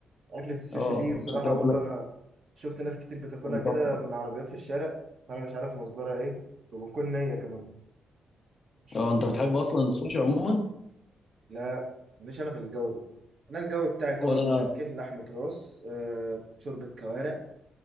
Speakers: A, on the right (about 60°); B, on the left (about 50°).
A: أكلة السوشي
B: اه
A: دي بصراحة
B: عشان كده
A: برضه
B: بقول لك
A: أنا شفت ناس كتير بتاكلها
B: كان
A: كده
B: تحفه
A: من عربيات في الشارع أنا مش عارف مصدرها إيه وبتكون نية كمان مش
B: اه
A: مستوي
B: انت بتحب اصلا السوشي عموما
A: لا ماليش أنا في الجو ده أنا الجو بتاعي طبق
B: ولا
A: مشكل لحمة راس آه، شوربة كوارع